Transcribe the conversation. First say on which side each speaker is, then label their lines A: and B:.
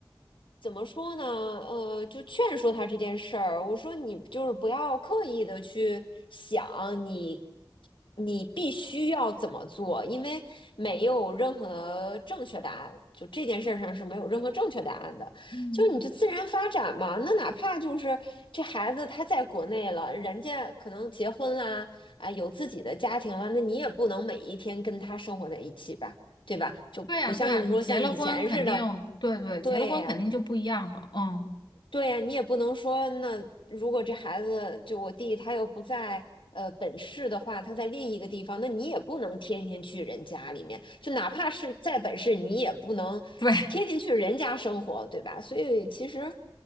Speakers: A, on the left (about 85°); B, on the left (about 65°).
A: 怎么说呢？呃，就劝说他这件事儿，我说你就是不要刻意的去想你，你必须要怎么做，因为没有任何正确答案，就这件事儿上是没有任何正确答案的，
B: 嗯。
A: 就你就自然发展嘛。那哪怕就是这孩子他在国内了，人家可能结婚啦。啊，有自己的家庭了，那你也不能每一天跟他生活在一起吧，对吧？就不像是说像以前似的，
B: 对呀，对呀，你结了婚肯定，对对，
A: 对呀、
B: 结了婚肯定就不一样了。嗯，
A: 对呀，你也不能说，那如果这孩子就我弟他又不在呃本市的话，他在另一个地方，那你也不能天天去人家里面，就哪怕是在本市，你也不能天天去人家生活，
B: 对。
A: 对吧？所以其实